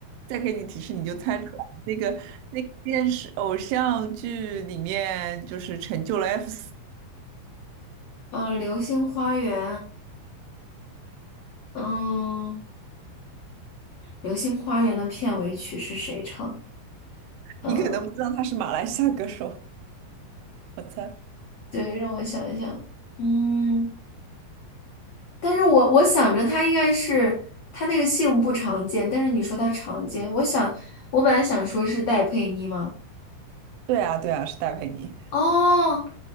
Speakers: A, on the right; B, on the left.
A: 再给你提示，你就猜出来那个那个电视偶像剧里面就是成就了 F
B: 嗯，《流星花园》。嗯，《流星花园》的片尾曲是谁唱的？呃，
A: 你可能不知道他是马来西亚歌手，我猜。
B: 对，让我想一想，嗯，但是我我想着他应该是他那个姓不常见，但是你说他常见，我想我本来想说是戴佩妮吗？
A: 对啊，对啊，是戴佩妮。
B: 哦，